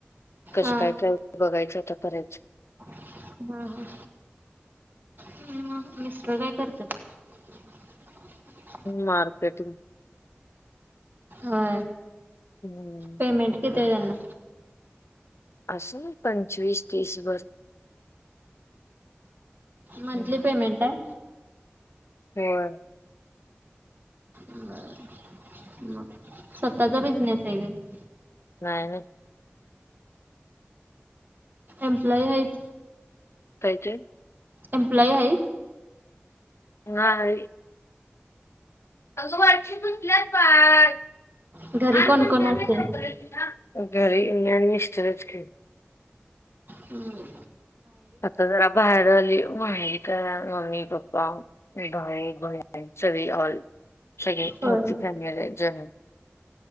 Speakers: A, on the left; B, on the right.
A: कसं
B: हा
A: काय कय? त बघायचं तर खेच
B: हा ह ह् मिस्र काय करतात <unintelligible>
A: मार्केटिंग
B: हा
A: हम्म
B: पेमें किती त्यांना
A: असं पंचवीस तीसभर
B: मंथली
A: हम्म.
B: पेमेंट आहे
A: होम
B: र मग स्वतःचा बिझनेस आहे का
A: नाही
B: एम्प्लॉय आहेत
A: कायजे
B: एम्प्लॉय आहे
A: ह अगं वाटल्या लहानपण
B: घरी कोण कोण
A: झा
B: असतय?
A: पर तिला घरीणी इस्रच के
B: हम्म
A: आता जरा बाहेर आली माग तर मम्मी पप्पा बा भ सगळी ऑल सगळे
B: होय
A: मूर्ती फॅमिला जनम